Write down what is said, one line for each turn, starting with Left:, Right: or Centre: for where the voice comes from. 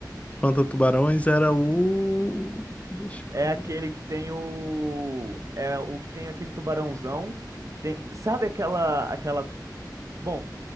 Left: Espanta-Tubarões era o. Deixa
Right: É
Left: eu ver.
Right: aquele que tem o. É o que tem aquele tubarãozão. Tem... Sabe aquela, aquela. Bom,